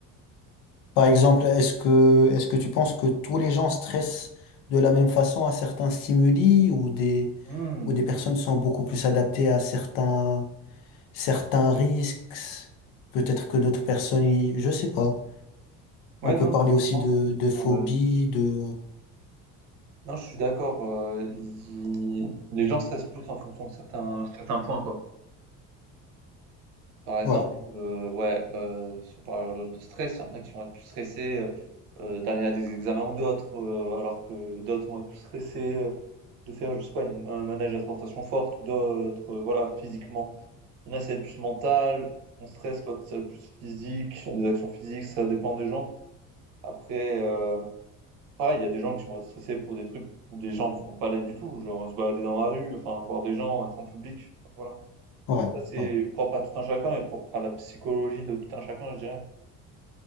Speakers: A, on the left; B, on the right.
A: Par exemple, est-ce que est-ce que tu penses que tous les gens stressent de la même façon à certains stimuli ou des
B: Mmh.
A: ou des personnes sont beaucoup plus adaptées à certains certains risques? Peut-être que d'autres personnes, y- je sais pas.
B: Ouais,
A: On peut
B: non,
A: parler
B: je je
A: aussi
B: pense.
A: de de phobie,
B: bon, ouais.
A: de
B: Non, je suis d'accord. euh, il- Les gens stressent plus en fonction de certains, certains points, quoi. Par exemple,
A: ouais,
B: euh, ouais, euh, si on parle de stress, il y en a qui vont être plus stressés euh, euh, d'aller à des examens ou d'autres, euh, alors que d'autres vont être plus stressés euh, de faire, je sais pas, une, un manège à tentation forte ou d'autres, euh, voilà, physiquement. Il y en a, ça va être plus mental, on stresse, l'autre, ça va être plus physique, sur des actions physiques, ça dépend des gens. Après, euh, Pareil, il y a des gens qui vont être stressés pour des trucs où les gens vont pas l'être du tout, genre se balader dans la rue, enfin voir des gens, être en public, voilà.
A: ouais,
B: Ça, c'est
A: ouais.
B: propre à tout un chacun et propre à la psychologie de tout un chacun, je dirais.